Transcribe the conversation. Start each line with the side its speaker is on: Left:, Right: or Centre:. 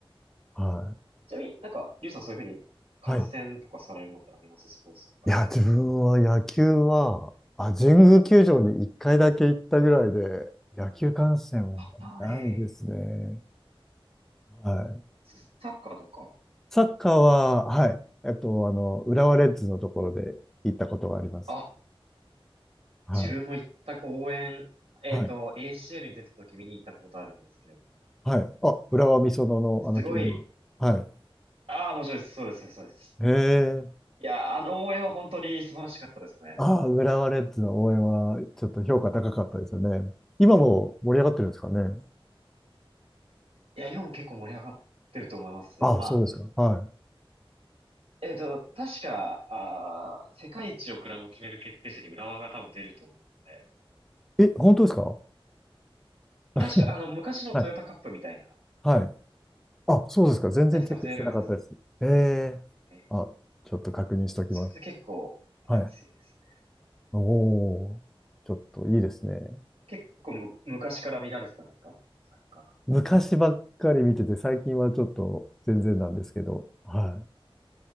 Centre: は
Right: ちなみになんか、リュウさんそういうふうに観戦とかされるものってありますスポーツとかで。
Centre: い。はい。いや、自分は野球は、あ、神宮球場に1回だけ行ったぐらいで、野球観戦はないですね。
Right: ああ、ええ
Centre: はい。
Right: ササッカーとか。
Centre: サッカーは、はい。えっと、あの、浦和レッズのところで行ったことがあります。
Right: あ、
Centre: はい。
Right: 自分も行った応援、えっと、
Centre: はい。
Right: ACL に出てた時見に行ったことあるんですけれども。
Centre: はい。あ、浦和美園の、
Right: すごい、
Centre: あの球場。はい。
Right: ああ、面白いです。そうです、そうです。
Centre: へえ。
Right: いや、あの応援は本当に素晴らしかったですね。
Centre: ああ、
Right: 浦和の応援は。
Centre: 浦和レッズの応援は、ちょっと評価高かったですよね。今も盛り上がってるんですかね。
Right: いや、今も結構盛り上がってると思いますよ。
Centre: ああ、
Right: まあ、
Centre: そうですか。は
Right: えっと、確か、あー世界一をクラブを決める決定戦に浦和が多分出ると思うんで。
Centre: い。え、本当ですか <laughs>
Right: 確か、あの、昔のトヨタカップみたいな
Centre: はい。はい。あ、そうですか。全然チェックしてなかったです。
Right: やつ多分出るはず
Centre: ええ。
Right: で、
Centre: あ、ちょっと確認しておきます。
Right: それで結構熱いです
Centre: はい。おお、ちょっといいですね。
Right: ね。結構む昔から見られてたんですかサッカー観戦。
Centre: 昔ばっかり見てて、最近はちょっと全然なんですけど、はい。